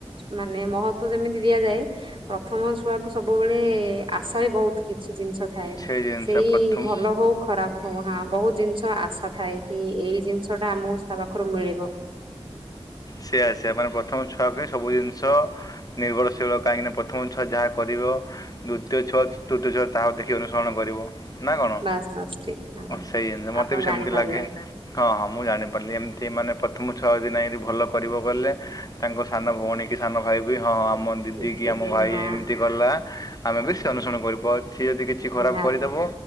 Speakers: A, on the right; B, on the left.
A: ମାନେ ମହତ୍ତ୍ଵ ଯେମିତି ଦିଆଯାଏ ପ୍ରଥମ ଛୁଆଠୁ ସବୁବେଳେ ଆଶା ବି ବହୁତ୍ କିଛି ଜିନିଷ ଥାଏ।
B: ସେ ଜିନିଷ
A: ସେଇ
B: ପ୍ରଥମ
A: ଭଲ ହଉ ଖରାପ୍ ହଁ ହାଁ ବହୁତ୍ ଜିନିଷ ଆଶା ଥାଏ କି ଏଇ ଜିନିଷ ଟା ଆମକୁ ତା ପାଖୁରୁ ମିଳିବ।
B: ସେଆ ସେମାନେ ପ୍ରଥମ ଛୁଆକୁ ସବୁ ଜିନଷ ନିର୍ଭରଶୀଳ କାହିଁକି ନା ପ୍ରଥମ ଛୁଆ ଯାହା କରିବ ଦୁତୀୟ ଛୁଆ ତୃତୀୟ ଛୁଆ ତାହାକୁ ଦେଖି ଅନୁସରଣ କରିବ। ନା କଣ?
A: ବାସ୍ ବାସ୍ ଠିକ ହଁ
B: ସେଇ ଜିନିଷ ମତେ
A: ଆପଣ
B: ବି
A: ଜାଣିପାରିଲେ
B: ସେମିତି ଲାଗେ। ହଁ ହଁ ମୁଁ ଜାଣିପାରିଲି ଏମିତି ମାନେ ପ୍ରଥମ ଛଅ ଦିନ ଏମତି ଭଲ କରିବ ବଲେ ତାଙ୍କ ସାନ ଭଉଣୀ କି ସାନ ଭାଇ ବି ହଁ ଆମନ୍ ଦିଦି
A: ଦେଖିକି
B: କି ଆମ ଭାଇ
A: ହଁ
B: ଏମିତି କଲା ଆମେ ବେଶୀ ଅନୁସରଣ କରିପାର୍ ସିଏ ଯେଦି କିଛି ଖରାପ
A: ନିହାତି
B: କରିଦେବ,